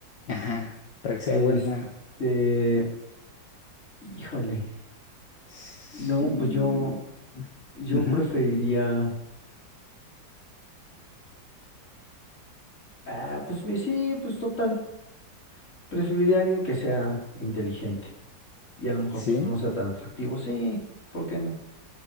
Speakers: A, on the left; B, on the left.
A: Ajá, para que
B: Este,
A: sea buena.
B: híjole.
A: Sí.
B: No, pues yo, yo
A: Ujú,
B: preferiría. Ah, pues me, sí, pues total. Preferiría a alguien que sea inteligente y a lo mejor pues
A: Sí.
B: no sea tan atractivo. Sí, ¿por qué no?